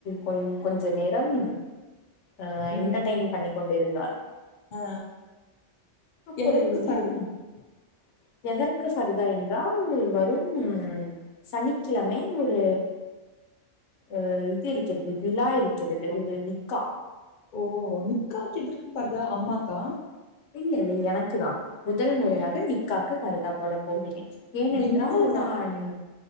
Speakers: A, on the left; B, on the left.
A: கொ கொஞ்ச நேரம் அஹ்
B: ம்
A: என்டர்டைன் பண்ணி கொண்டு இருந்தார்
B: ஆ
A: அப்
B: எதற்கு
A: <unintelligible>
B: ஃபர்தா
A: எதற்கு சரிதா என்றால் வரும் சனிக்கிழமை ஒரு அஹ் இது இருக்கிறது விழா இருக்கிறது ஒரு நிக்கா
B: ஓ நிக்காக்கு எதற்கு பர்தா அம்மாக்கா
A: இல்ல இல்ல எனக்குதான் முதல் முறையாக
B: ம்
A: நிக்காக்கு பருதா போட போகிறேன் ஏனென்றால்
B: என்ன ஒரு
A: நான்